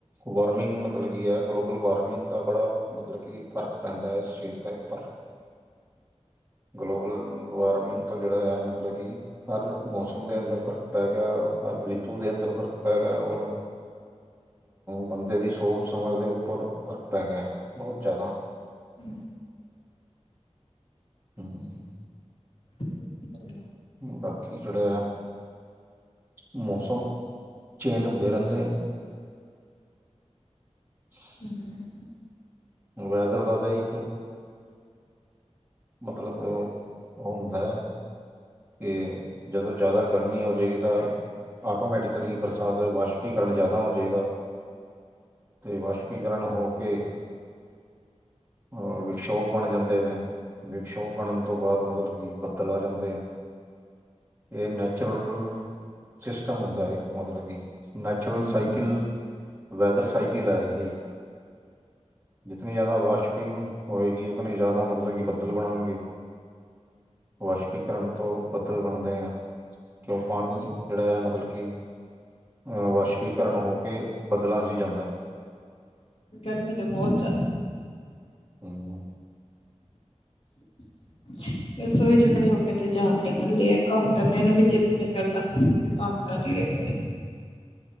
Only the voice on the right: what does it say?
ਵਾਰਿੰਗ ਮਤਲਬ ਕੀ ਹੈ। ਗਲੋਬਲ ਵਾਰਮਿੰਗ ਦਾ ਬੜਾ ਮਤਲਬ ਕਿ ਫਰਕ ਪੈਂਦਾ ਹੈ। ਇਸ ਚੀਜ਼ ਦੇ ਉੱਪਰ ਗਲੋਬਲ ਵਾਰਮਿੰਗ ਤੋਂ ਜਿਹੜਾ ਆ ਮਤਲਬ ਕਿ ਹਰ ਮੌਸਮ ਦੇ ਅੰਦਰ ਫ਼ਰਕ ਪੈ ਗਿਆ। ਹਰ ਰਿਤੂ ਦੇ ਅੰਦਰ ਫ਼ਰਕ ਪੈ ਗਿਆ। ਔਰ ਬੰਦੇ ਦੀ ਸੋਚ -ਸਮਝ ਦੇ ਉੱਪਰ ਫ਼ਰਕ ਪੈ ਗਿਆ ਬਹੁਤ ਜ਼ਿਆਦਾ।
ਹਮ।
ਬਾਕੀ ਜਿਹੜਾ ਮੌਸਮ ਚੇਂਜ ਹੁੰਦੇ ਰਹਿੰਦੇ ਹੈ। <inaudible>
ਵਦਰ -ਵਦਰ ਇੱਕੋ। ਮਤਲਬ ਹੁੰਦਾ। ਕਿ ਜਦੋਂ ਜ਼ਿਆਦਾ ਗਰਮੀ ਹੋ ਜਾਏਗੀ। ਤਾਂ ਆਟੋਮੈਟਿਕਲੀ ਬਰਸਾਤ ਵਾਸ਼ਵੀਕਰਨ ਜ਼ਿਆਦਾ ਹੋ ਜਾਏਗਾ। ਅਤੇ ਵਾਸ਼ਪੀਕਰਨ ਹੋ ਕੇ ਅ ਵਿਸ਼ੋਭ ਬਣ ਜਾਂਦੇ ਨੇ। ਵਿਸ਼ੋਗ ਬਣਨ ਤੋਂ ਬਾਅਦ ਮਤਲਬ ਕਿ ਬੱਦਲ ਆ ਜਾਂਦੇ ਆ। ਇਹ ਨੈਚੁਰਲ ਸਿਸਿਸਟਮ ਹੁੰਦਾ। ਇੱਕ ਮਤਲਬ ਕਿ ਨੈਚੁਰਲ
ਸਾਈਕਲ, ਵੈਦਰ ਸਾਈਕਲ ਹੈ ਇਹ ਇੱਕ। ਜਿਤਨੀ ਜ਼ਿਆਦਾ ਵਾਸ਼ਪਿੰਗ ਹੋਏਗੀ। ਉਤਨੀ ਜ਼ਿਆਦਾ ਮਤਲਬ ਕਿ ਬੱਦਲ ਬਣਨਗੇ। ਵਸ਼ਪੀਕਰਨ। ਤੋਂ ਬੱਦਲ ਬਣਦੇ ਹੈ। ਕਿਉਂ ਪਾਣੀ ਜਿਹੜਾ ਹੈ ਮਤਲਬ ਕਿ ਅ ਵਾਸ਼ਪੀਕਰਨ ਹੋ ਕੇ ਬਦਲਾਂ ਚ' ਜਾਂਦਾ।
ਹਮ।